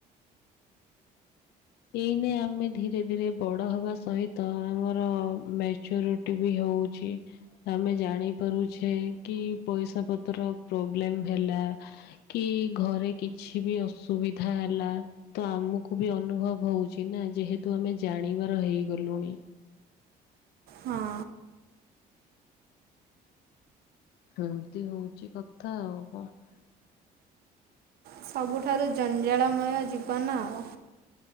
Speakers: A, on the left (about 75°); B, on the right (about 65°).
A: ଏଇନେ ଆମେ ଧୀରେ ଧୀରେ ବଡ ହବା ସହିତ ଆମର ମ୍ୟାଚୁରିଟି ବି ହବ ହଉଛି, ଆମେ ଜାଣିପାରୁଛେ କି ପଇସା ପତ୍ର ପ୍ରୋବ୍ଲେମ ହେଲା କି ଘରେ କିଛି ବି ଅସୁବିଧା ହେଲା, ତ ଆମକୁ ବି ଅନୁଭବ ହଉଛି ନା, ଯେହେତୁ ଆମେ ଜାଣିବାର ହେଇଗଲୁଣି।
B: ହଁ
A: ଏମତି ହଉଚି କଥା ଆଉ କଣ?
B: ସବୁଠାରୁ ଜଞ୍ଜାଳମୟ ଜୀବନ ଆଉ।